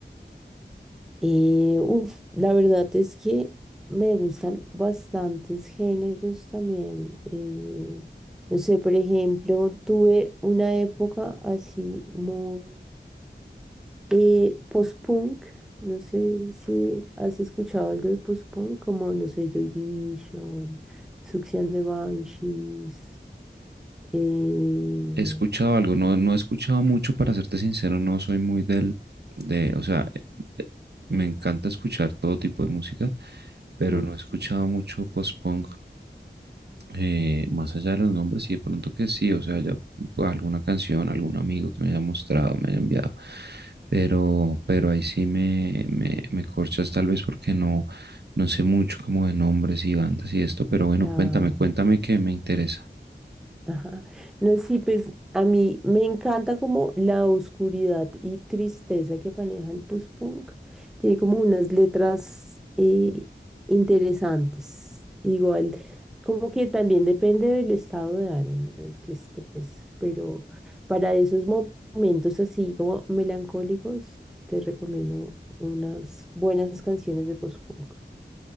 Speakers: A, in the centre; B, on the right.
A: Eh, uf, la verdad es que me gustan bastantes géneros también. eh, no sé, por ejemplo, tuve una época así muy eh, post-punk. No sé si has escuchado algo de post-punk, como, no sé, Joy Division, Sucks and the Banshees, eh,
B: He escuchado algo, no, no he escuchado mucho, para serte sincero, no soy muy del, de, o sea, eh, eh, me encanta escuchar todo tipo de música, pero
A: mm,
B: no he escuchado mucho post-punk eh, más allá de los nombres, sí, de pronto que sí, o sea, ya pues, alguna canción, algún amigo que me haya mostrado, me haya enviado, pero, pero ahí sí me, me, me corchas tal vez porque no, no sé mucho como de nombres y bandas y esto, pero bueno,
A: claro.
B: cuéntame, cuéntame que me interesa.
A: Ajá. No, sí, pues a mí me encanta como la oscuridad y tristeza que maneja el post-punk. Tiene como unas letras eh, interesantes. Igual, como que también depende del estado de ánimo en el que estés, pero para esos mo- momentos así como melancólicos, te recomiendo unas buenas canciones de post-punk.